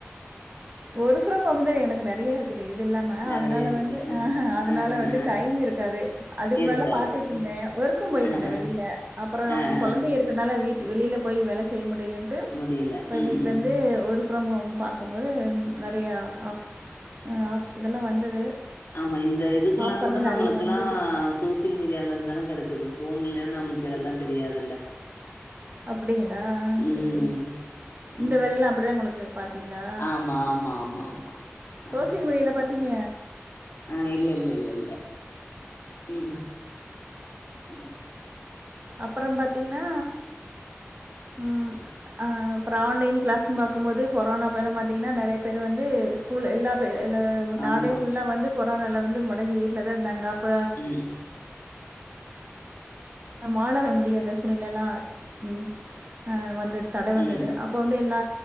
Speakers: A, on the right; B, on the left.
A: ஒர்க் ஃப்ரம் ஹோம் அதுல எனக்கு நெறைய இருக்கு இருக்குது இது இல்லாம
B: நெறைய
A: அதனால
B: இருக்கு
A: வந்து ஹ அ அதனால
B: அ
A: வந்து
B: அ
A: டைம் இருக்காது அதுக்கு முன்னாடில்லா
B: இருக்காது
A: பாத்துட்டு
B: ம்
A: இருந்தே ஒர்க்கு போயிட்டு
B: அ
A: இருந்தே
B: அ
A: வெளியில அப்புறோ
B: அ
A: கொழந்தைக
B: அ
A: இருக்கனால வீட்டு வெளியில போய் வேலை செய்ய முடியலன்னு ட்டு
B: முடியல
A: இப்ப
B: ம்
A: வீட்டுல
B: ம்
A: இருந்த
B: ம்
A: ஒரு ஃபிரம் ஹோம் பாக்கும்போது நெறையா ஆப் ஆப் இதெல்லா வந்தது
B: ஆமா இந்த இதுக்கெல்லா
A: ஆஃபர்லாம்
B: கூட நம்மளுக்கெல்லா
A: நெறைய வந்தது.
B: சோசியல் மீடியால இருந்தான கிடைச்சது போன்ல நமக்கு இதெல்லா தெரியாதுல்ல
A: அப்டிங்களா
B: ம்
A: சரி சரி இந்த
B: ம்
A: வேலைலா அப்டிதா உங்களுக்கு பாத்தீங்களா
B: ஆமா ஆமா ஆமா ஆமா ஆ
A: சோசியல் மீடியால பாத்தீங்க
B: ஆ இல்ல இல்ல இல்ல இல்ல உம் உம்
A: அப்பறோ பாத்தீங்கன்னா ம் அ அப்புறோ ஆன்லைன் கிளாஸ்னு பாக்கும்போது கொரோனா அப்பியேல்லா பாத்திங்கன்னா நெறைய பேர் வந்து ஸ்கூல் எல்லா பேர் எல்லா
B: ஆமா
A: நாடே புல்லா வந்து கொரோனால வந்து மொடங்கி வீட்ல தா இருந்தாங்க அப்ப
B: ம்
A: மாழ முடியாத சூழ்நிலைல்லா ம் ஆ வந்தது தடை வந்தது
B: ம் ம்
A: அ அப்போ வந்து எல்லா